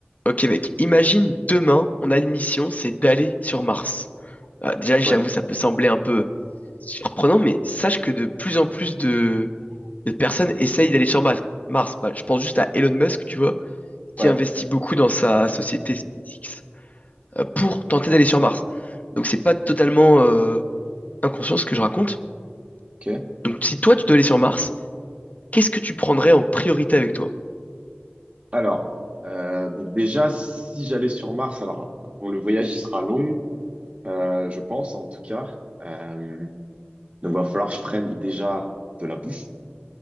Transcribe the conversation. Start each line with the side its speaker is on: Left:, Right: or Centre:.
Left: Ok mec, imagine demain, on a une mission, c'est d'aller sur Mars. Euh, déjà, j'avoue,
Right: Ouais,
Left: ça peut sembler un peu surprenant, mais sache que de plus en plus de, de personnes essayent d'aller sur Mars. Mars. Bah, je pense juste à Elon Musk, tu vois, qui
Right: ouais,
Left: investit beaucoup dans sa société SpaceX euh, pour tenter d'aller sur Mars. Donc c'est pas totalement euh, inconscient ce que je raconte.
Right: ok.
Left: Donc si toi tu dois aller sur Mars, qu'est-ce que tu prendrais en priorité avec toi?
Right: Alors, euh, donc déjà, si j'allais sur Mars, alors, euh, bon, le voyage, il sera long, euh, je pense, en tout cas. Euh, donc, va falloir que je prenne déjà de la bouffe,